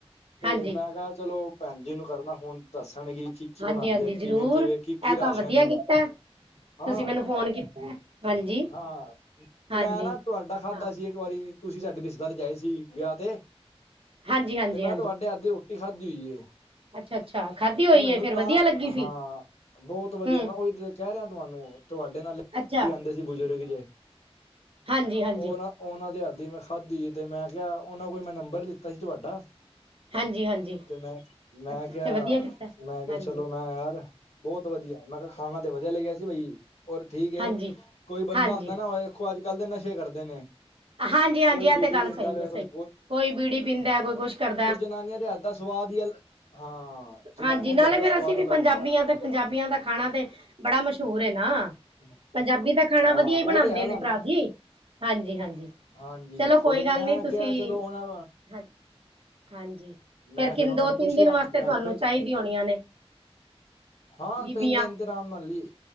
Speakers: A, on the left; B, on the right.
A: ਤੇ
B: ਹਾਂਜੀ,
A: ਮੈਂ ਕਿਹਾ ਚਲੋ ਭੈਣ ਜੀ ਨੂੰ ਕਰਨਾ ਹੁਣ ਦੱਸਣਗੇ ਕਿ ਕੀ
B: ਹਾਂਜੀ,
A: ਬਣਾਉਂਦੇ
B: ਹਾਂਜੀ
A: ਆ
B: ਜ਼ਰੂਰ
A: ਕਿਵੇਂ ਕਿਵੇਂ
B: ਇਹ
A: ਕੀ ਕੀ ਰਾਸ਼ਨ
B: ਤਾਂ ਵਧੀਆ ਕੀਤਾ
A: ਹਾਂ
B: ਤੁਸੀਂ ਮੈਨੂੰ ਫੋਨ ਕੀਤਾ ਹਾਂਜੀ,
A: ਹਾਂ
B: ਹਾਂਜੀ।
A: ਮੈਂ ਨਾ ਤੁਹਾਡਾ ਖਾਧਾ
B: ਹਾਂ,
A: ਸੀ ਇੱਕ ਵਾਰੀ ਤੁਸੀਂ ਸਾਡੇ ਰਿਸ਼ਤੇਦਾਰ ਜਾਏ ਸੀ ਵਿਆਹ ਤੇ
B: ਹਾਂਜੀ, ਹਾਂਜੀ,
A: ਤੇ, ਮੈਂ, ਤੁਹਾਡੇ ਹੱਥ ਦੀ ਰੋਟੀ ਖਾਧੀ ਹੋਈ ਏ।
B: ਅੱਛਾ-ਅੱਛਾ। ਖਾਧੀ? ਹੋਈ
A: ਮ ਇਹਨੂੰ,
B: ਹੈ ਫੇਰ
A: ਤਾਂ,
B: ਵਧੀਆ
A: ਮ,
B: ਲੱਗੀ ਸੀ
A: ਹਾਂ <unintelligible> ਬਹੁਤ ਵਧੀਆ
B: ਹੂੰ
A: ''ਮੈਂ ਉਹੀ ਕਹਿ ਰਿਹਾ ਤੁਹਾਨੂੰ, ਤੁਹਾਡੇ ਨਾਲ
B: ਅੱਛਾ
A: ਆਉਂਦੇ ਸੀ ਬਜ਼ੁਰਗ ਜੇ।
B: ਹਾਂਜੀ, ਹਾਂਜੀ,
A: ਹੋਰ? ਉਹਨਾਂ ਦੇ ਹੱਥ ਦੀ ਮੈਂ ਖਾਧੀ ਤੇ, ਮੈਂ, ਕਿਹਾ ਉਹਨਾਂ ਕੋਲ ਮੈਂ, ਨੰਬਰ ਲਿੱਤਾ ਸੀ ਤੁਹਾਡਾ।
B: ਹਾਂਜੀ, ਹਾਂਜੀ
A: ਤੇ, ਮੈਂ, ਮੈਂ,
B: ਅੱਛਾ
A: ਕਿਹਾ
B: ਤੇ ਵਧੀਆ ਕੀਤਾ
A: ''ਮੈਂ ਕਿਹਾ
B: ਹਾਂਜੀ,
A: ਚਲੋ, ਮੈਂ ਯਾਰ, ਬਹੁਤ ਵਧੀਆ ਮੈਂ ਕਿਹਾ ਖਾਣਾ ਤੇ, ਵਧੀਆ ਲਗਿਆ ਸੀ ਬਾਈ। ਹੋਰ ਠੀਕ ਏ,
B: ਹਾਂਜੀ,
A: ਕੋਈ ਬੰਦਾ
B: ਹਾਂਜੀ,
A: ਹੁੰਦਾ ਨਾ ਦੇਖੋ, ਅੱਜ-ਕੱਲ ਤੇ ਨਸ਼ੇ ਕਰਦੇ ਨੇ
B: ਹਾਂਜੀ- ਹਾਂਜੀ,
A: ਕੋਈ
B: ਐ,
A: ਬੀੜੀ
B: ਤੇ ਗੱਲ
A: ਪੀਂਦਾ
B: ਸਹੀ
A: ਪਿਆ
B: ਹੈ,
A: ਕੋਈ
B: ਸਹੀ, ਕੋਈ ਬੀੜੀ ਪੀਂਦਾ, ਕੋਈ ਕੁਛ ਕਰ
A: ਜੋ ਜਨਾਨੀਆਂ ਦੇ ਹੱਥ ਦਾ ਸਵਾਦ ਹੀ, ਅਲ ਹਾਂ। ਜਨਾਨੀਆਂ
B: ਹਾਂਜੀ, ਨਾਲੇ
A: ਦੇ ਹੱਥ ਦਾ
B: ਫੇਰ
A: ਸਵਾਦ
B: ਅਸੀਂ ਵੀ
A: ਅਲੱਗ
B: ਪੰਜਾਬੀ
A: ਹੁੰਦਾ
B: ਆਂ, ਤੇ ਪੰਜਾਬੀਆਂ ਦਾ ਖਾਣਾ ਤੇ ਬੜਾ ਮਸ਼ਹੂਰ ਏ ਨਾ।
A: ਹੈ।
B: ਪੰਜਾਬੀ ਦਾ ਖਾਣਾ
A: ਹਾਂ
B: ਵਧੀਆ ਹੀ ਬਣਾਂਦੇ
A: ਉਹ ਤੇ ਹੈ
B: ਨੇ
A: ਸਾਨੂੰ
B: ਭਰਾ ਜੀ। ਹਾਂਜੀ- ਹਾਂਜੀ।
A: ਹਾਂਜੀ
B: ਚਲੋ
A: ਫੇਰ
B: ਕੋਈ ਗੱਲ
A: ਮੈਂ
B: ਨਹੀਂ, ਤੁਸੀਂ,
A: ਕਿਹਾ ਚਲੋ ਉਹਨਾਂ
B: ਹਾਂਜੀ ਹਾਂਜੀ, ਫਿਰ
A: ਮੈਂ
B: ਕਿਨ
A: ਫੇਰ ਉਹਨਾਂ
B: ਦੋ-
A: ਨੂੰ
B: ਤਿੰਨ
A: ਪੁੱਛਿਆ
B: ਦਿਨ, ਵਾਸਤੇ
A: ਮੈਂ
B: ਤੁਹਾਨੂੰ
A: ਕਿਹਾ ਫੇਰ
B: ਚਾਹੀਦੀਆਂ ਹੋਣੀਆਂ ਨੇ।
A: ਹਾਂ,
B: ਬੀਬੀਆਂ
A: ਤਿਨ ਦਿਨ ਤੇ, ਅਰਾਮ ਨਾਲ ਹੀ।